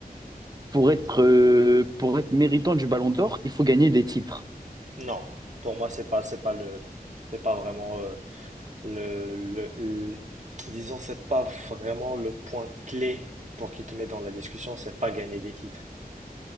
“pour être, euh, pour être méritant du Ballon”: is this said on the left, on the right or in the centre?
Right